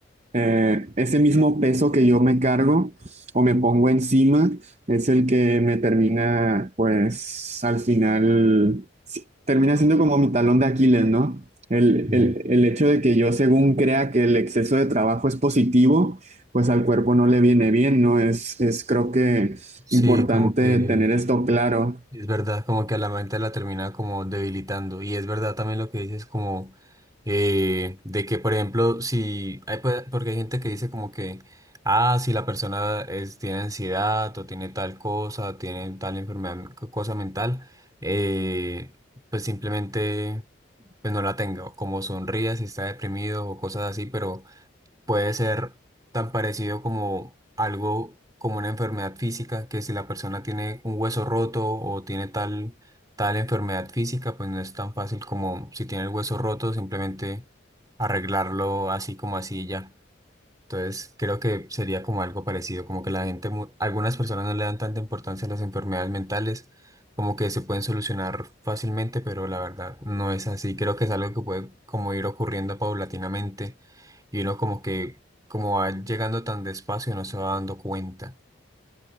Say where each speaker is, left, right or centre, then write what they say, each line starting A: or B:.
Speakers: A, on the right (about 35°); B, on the right (about 20°).
A: eh, ese mismo peso que yo me cargo o me pongo encima. Es el que me termina, pues al final, sí, termina siendo como mi talón de Aquiles, ¿no? El,
B: Sí,
A: el, el hecho de que yo según crea que el exceso de trabajo es positivo, pues al cuerpo no le viene bien, ¿no? Es, es creo que
B: sí,
A: importante
B: como que
A: tener esto claro.
B: Es verdad, como que a la mente la termina como debilitando. Y es verdad también lo que dices como eh, de que, por ejemplo, si hay, pe- porque hay gente que dice como que, ah, si la persona es, tiene ansiedad o tiene tal cosa, tiene tal enfermedad, co- cosa mental, eh, pues simplemente pues no la tenga, o como sonría si está deprimido o cosas así, pero puede ser tan parecido como algo como una enfermedad física, que si la persona tiene un hueso roto o tiene tal, tal enfermedad física, pues no es tan fácil como si tiene el hueso roto, simplemente arreglarlo así como así y ya. Entonces, creo que sería como algo parecido, como que la gente, mu- algunas personas no le dan tanta importancia a las enfermedades mentales, como que se pueden solucionar fácilmente, pero la verdad no es así. Creo que es algo que puede como ir ocurriendo paulatinamente y uno como que como va llegando tan despacio no se va dando cuenta.